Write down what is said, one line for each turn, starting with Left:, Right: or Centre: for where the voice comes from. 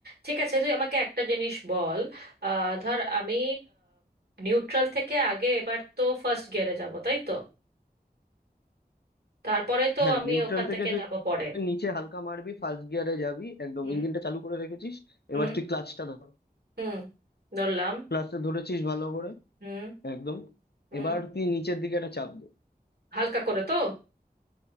Right: ঠিক আছে তুই আমাকে একটা জিনিস বল আহ, ধর আমি নিউট্রাল থেকে আগে এবার তো ফার্স্ট গিয়ারে যাব তাই তো তারপরে তো
Left: হ্যাঁ
Right: আমি
Left: নিউট্রাল
Right: ওখান
Left: থেকে
Right: থেকে
Left: তুই
Right: যাব পরে
Left: নিচে হালকা মারবি ফার্স্ট গিয়ারে যাবি একদম
Right: হুম
Left: ইঞ্জিনটা চালু করে রেখেছিস
Right: হুম
Left: এবার তুই ক্লাচটা ধর
Right: হুম ধরলাম
Left: ক্লাচটা ধরেছিস ভালো করে
Right: হুম
Left: একদম
Right: হুম
Left: এবার তুই নিচের দিকে একটা চাপ দে
Right: হালকা করে তো